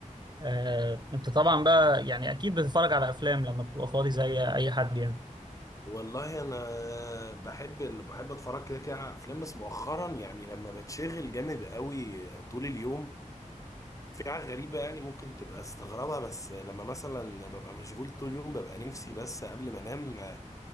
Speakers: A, on the right; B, on the left.
A: آه، انت طبعا بقى يعني اكيد بتتفرج على افلام لما بتبقى فاضي زي اي حد يعني
B: والله انا بحب اللي بحب اتفرج كده كده على افلام بس مؤخرا يعني لما بتشغل جامد قوي طول اليوم في حاجة غريبة يعني ممكن تبقى استغربها بس لما مثلا ببقى مشغول طول اليوم ببقى نفسي بس قبل ما انام